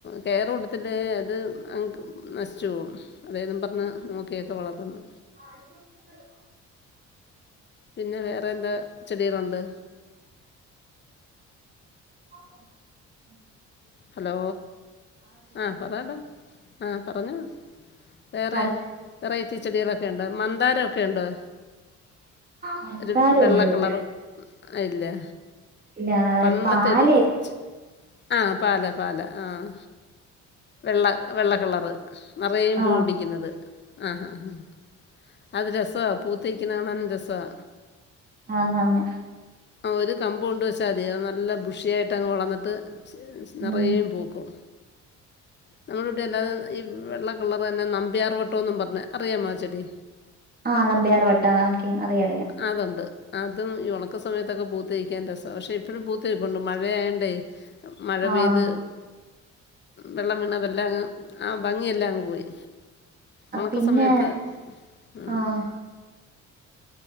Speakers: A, on the left; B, on the right.
A: കെയറ് കൊടുത്തില്ലേ അത് നശിച്ചു പോവും അതേന്നും പറഞ്ഞ് നോക്കിയൊക്കെ വളത്തണം
B: ആ <unintelligible>
A: പിന്നെ വേറെ എന്താ ചെടികളൊണ്ട്
B: ഉ <unintelligible>
A: ഹലോ ആഹ് പറയെടാ ആഹ് പറഞ്ഞോ വേറെ
B: പറ
A: വെറൈറ്റി ചെടികളൊക്കെ ഇണ്ടോ മന്താരമൊക്കെ ഇണ്ടോ
B: മന്താരൊന്നുല്ല
A: ഒരു വെള്ള കളറ് അയില്ലേ
B: ഇല്ല
A: പണ്ടത്തെ
B: പാല്
A: ഒര് ചെ ആഹ് പാല പാല ആഹ് വെള്ള വെള്ള കളറ് നറയേം
B: ആഹ്
A: പൂ പിടിക്കുന്നത് ആഹ് ആഹ് ആഹ് അത് രസവാ പൂത്ത് നിക്കുന്നെ കാണാനും രസവാ
B: ആന്നാന്ന്
A: ആഹ് ഒരു കമ്പ് കൊണ്ട് വെച്ചാതി അത് നല്ല ബുഷിയായിട്ട് അങ്ങ് വളർന്നിട്ട് നെറയേം
B: ഉം
A: പൂക്കും നമ്മടെ ഇവിടെ അല്ലാതെ ഈ വെള്ള കളറ് തന്നെ നമ്പിയാർ വട്ടവെന്നും പറഞ്ഞ് അറിയാമോ ആ ചെടി
B: ആഹ് നമ്പ്യാർ വട്ടം ഓക്കെ അറിയാ അറിയാ
A: അതൊണ്ട് അതും ഈ ഒണക്ക സമയത്തൊക്കെ പൂത്ത് നിക്കാൻ രസവാ പക്ഷെ ഇപ്പഴും പൂത്ത് നിപ്പൊണ്ട് മഴയായോണ്ടേ മഴ
B: ആഹ്
A: പെയ്ത് വെള്ളം വീണതെല്ലാം അങ്ങ് ആ ഭംഗിയെല്ലാം അങ്ങ് പോയി ഒണക്ക
B: പിന്നെ
A: സമയത്ത് ഉം
B: ആഹ്